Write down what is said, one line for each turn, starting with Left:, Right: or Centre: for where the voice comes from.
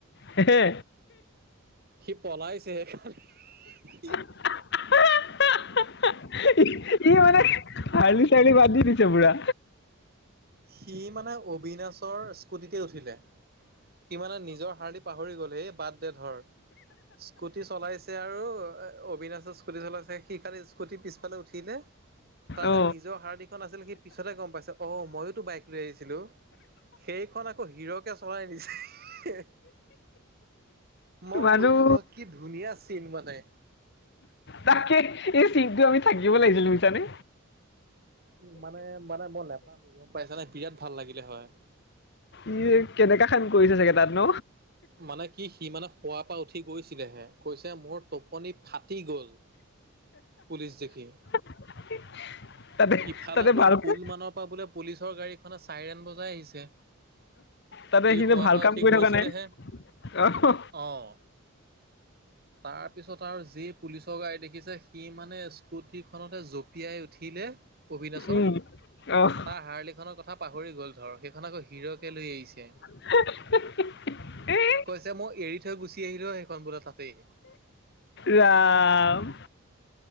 Left: হেহে,
Right: সি পলাইছে সেইকাৰণে।
Left: <unintelligible> ই ই মানে, হাৰ্লি, চাৰলি বাদ দি দিছে পুৰা।
Right: সি মানে অবিনাশৰ স্কুটিতে উঠিলে, সিমানে নিজৰ হাৰলি পাহৰি গ'ল, হেই বাদ দে ধৰ। স্কুটি চলাইছে আৰু অবিনাশৰ স্কুটি চলাইছে, সি খালি স্কুটি পিছফালে উঠিলে, তাৰ
Left: অ
Right: যে নিজৰ হাৰদি খন আছিলে সি পিছতে গম পাইছে, অ মইয়োতো বাইক লৈ আহিছিলো। সেইখন আকৌ হিৰকে চলাই আহিছে। মই
Left: মানুহ
Right: কৈছো ন, কি ধুনীয়া চিন মানে।
Left: তাকে, এই চিনটো আমি থাকিব লাগিছিল বুইচানে।
Right: উ মানে, মানে মই নাপালো গম পাইছানে? বিৰাট ভাল লাগিলে হয়।
Left: ই কেনেকা খান কৰিছে চাগে তাত ন?
Right: মানে কি সি মানে শোৱাৰ পৰা উঠি গৈছিলেহে, কৈছে মোৰ টোপনি ফাটি গ'ল, পুলিচ দেখি।
Left: <unintelligible>
Right: ইফালে
Left: তাতে
Right: তোৰ
Left: ভালকে
Right: পুল মানৰ পৰা বোলে, পুলিচৰ গাড়ীখনে চাইৰেন বজাই আহিছে। ই
Left: তাতে সি
Right: হোৱাৰ
Left: যে ভাল
Right: পৰা
Left: কাম
Right: উঠি
Left: কৰি
Right: গৈছিলেহে,
Left: থকা নাই অহ
Right: অঁহ। <inaudible> তাৰ পিছত আৰু যি পুলিচৰ গাড়ী দেখিছে, সি মানে স্কুটিখনতে জঁপিয়াই উঠিলে, অবিনেশ্বৰ,
Left: উম অহ
Right: তাৰ হাৰলি খনৰ ক থা পাহৰি গ'ল ধৰ, সেইখন আকৌ হিৰকে লৈ আহিছে।
Left: <inaudible> এই
Right: কৈছে, মই এৰি থৈ গুচি আহিলো সেইখন বোলে তাতেই।
Left: ৰাআম।